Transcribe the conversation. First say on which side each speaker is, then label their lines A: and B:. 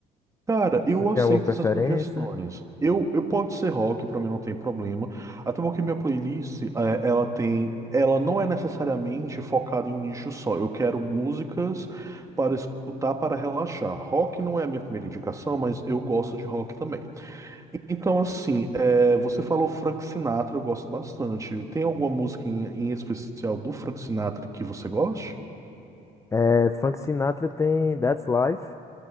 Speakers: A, on the right; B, on the left.
A: Cara, eu
B: Você tem
A: aceito
B: alguma preferência?
A: essas sugestões. Eu, eu pode ser rock, pra mim não tem problema. Até porque minha playlist, eh, ela tem, ela não é necessariamente focada em um nicho só. Eu quero músicas para escutar, para relaxar. Rock não é a minha primeira indicação, mas eu gosto de rock também. Então, assim, eh, você falou Frank Sinatra, eu gosto bastante. Tem alguma música em, em especial do Frank Sinatra que você goste?
B: É, Frank Sinatra tem That's Life